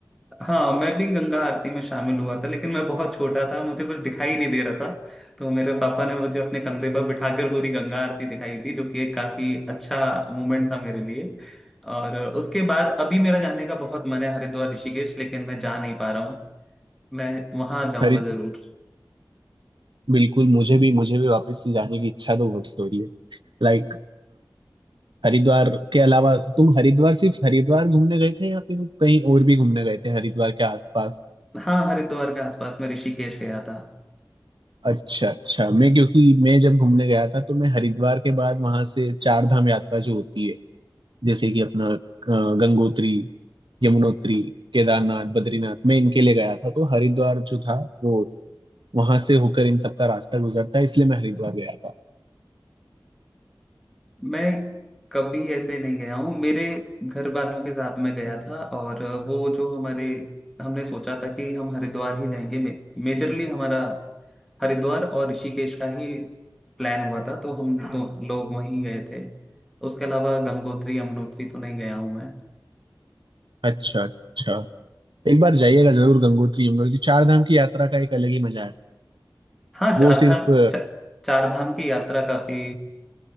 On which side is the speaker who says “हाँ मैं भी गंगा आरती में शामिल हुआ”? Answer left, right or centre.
Centre